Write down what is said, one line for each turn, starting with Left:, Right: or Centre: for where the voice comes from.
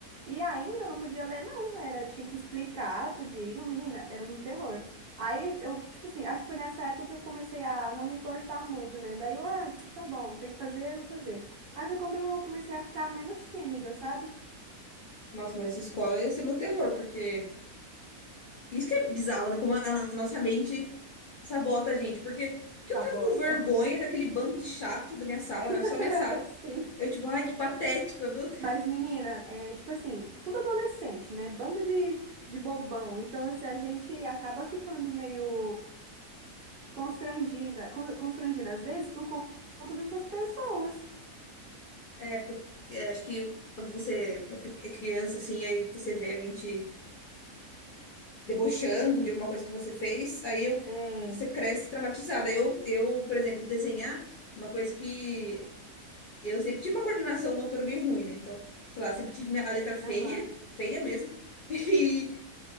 Right: e ainda não podia ler, não, era, tinha que explicar tudinho, menina, era um terror. Aí, eu, tipo assim, acho que foi nessa época que eu comecei a não me importar muito, né? Daí eu, ah, tá bom, tem que fazer, vamos fazer. Aí foi quando eu comecei a ficar menos tímida, sabe?
Left: Nossa, mas essa escola ia ser meu terror, porque... Isso que é bizarro, né? Como a, a no- a nossa mente sabota a gente, porque... Que
Right: Sabota.
Left: eu tava com vergonha daquele bando de chato da minha sala,
Right: <laughs>
Left: era só minha sala.
Right: Sim.
Left: Aí eu, tipo, ai, que patética, meu Deus.
Right: Mas, menina, é tipo assim, tudo adolescente, né? Bando de, de bobão. Então, assim, a gente acaba ficando meio constrangida, con- constrangida às vezes por con- conta dessas pessoas.
Left: É, porque eu- é, acho que quando você é pe- é criança, assim, aí você vê alguém te debochando de alguma coisa que você fez, aí eu,
Right: É,
Left: você cresce traumatizada. Eu, eu, por exemplo, desenhar, é uma coisa que eu sempre tive uma coordenação motora meio ruim, né? Então, sei lá, sempre tive minha- a letra feia,
Right: aham.
Left: feia mesmo. <laughs> E,